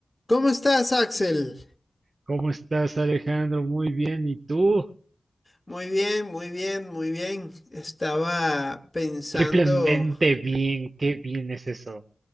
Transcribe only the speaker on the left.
¿Cómo estás, Axel?
Muy bien, muy bien, muy bien. Estaba pensando,